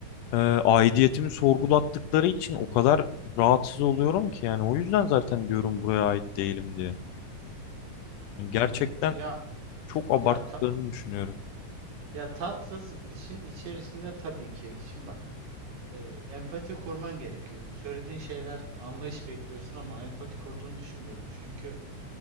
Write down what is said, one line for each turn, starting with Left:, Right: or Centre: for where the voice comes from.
Left: e, aidiyetimi sorgulattıkları için o kadar rahatsız oluyorum ki yani o yüzden zaten diyorum buraya ait değilim diye. Yani gerçekten
Right: Anladım. Ya
Left: çok abarttıklarını
Right: ya ta-
Left: düşünüyorum.
Right: ya tatsız işin içerisinde tabii ki. Şimdi bak e, empati kurman gerekiyor. Söylediğin şeyler anlayış bekliyorsun ama empati kurduğunu düşünmüyorum. Çünkü